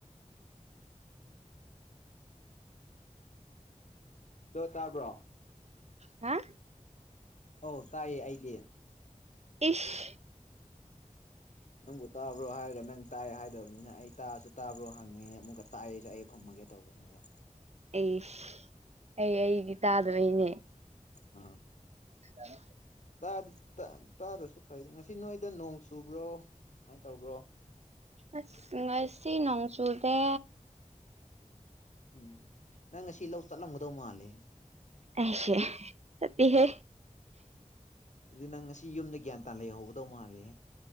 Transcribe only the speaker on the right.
ꯍꯥ
ꯏꯁ
ꯑꯩꯁ ꯑꯩ ꯑꯩꯗꯤ ꯇꯥꯗꯕꯩꯅꯦ
ꯑ <inaudible>
ꯑꯁ ꯉꯥꯁꯤ ꯅꯣꯡ ꯆꯨꯗꯦ
ꯑꯩꯁꯦ ꯆꯠꯇꯦꯍꯦ꯫